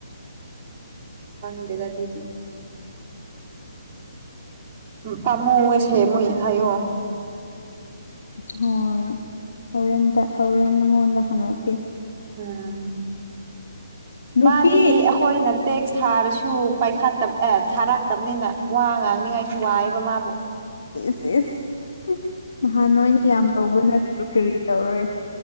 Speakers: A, on the right (about 20°); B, on the left (about 60°).
A: ꯍꯪꯗꯗ ꯑꯗꯨꯗꯤ ꯄꯝꯨꯁꯦ ꯃꯣꯏ ꯍꯥꯏꯥꯏꯌꯨ
B: ꯍꯣꯏ ꯍꯣꯔꯦꯟꯇ ꯍꯣꯔꯦꯟ ꯅꯪꯉꯣꯟꯗ ꯍꯪꯉꯛꯀꯦ
A: ꯎꯝ
B: ꯅꯨꯄꯤ
A: ꯃꯥꯗꯤ ꯑꯩꯈꯣꯏꯅ ꯇꯦꯛꯁ ꯊꯥꯔꯁꯨ ꯄꯥꯏꯈꯠꯇꯕ ꯑꯦ ꯊꯥꯔꯛꯇꯕꯅꯤꯅ ꯋꯥ ꯉꯥꯡꯅꯤꯉꯥꯏꯁꯨ ꯋꯥꯏꯑꯦꯕ ꯃꯥꯕꯨ
B: ꯏꯁ ꯏꯁ ꯅꯍꯥꯟ ꯅꯣꯏꯅ ꯌꯥꯝ ꯇꯧꯕ ꯅꯠꯇ꯭ꯔꯁꯨ ꯀꯔꯤ ꯇꯧꯔꯦ